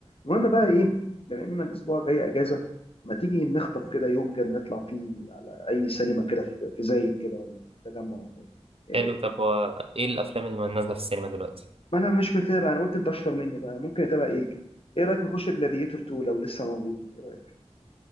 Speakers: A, on the left; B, on the right.
A: المهم بقى ايه بما ان الاسبوع جاي اجازه ما تيجي نخطف كده يوم كده نطلع فيه على اي سينما كده في في زايد كده ولا في التجمع ولا إيه.
B: حلو
A: إيه،
B: طب هو ايه الأفلام اللي نازلة في السينما دلوقتي؟
A: ما انا مش متابع انا قلت انت اشطر مني بقى ممكن اتابع ايه ايه رايك نخش جلاديتور 2 لو لسه موجود إيه رأيك؟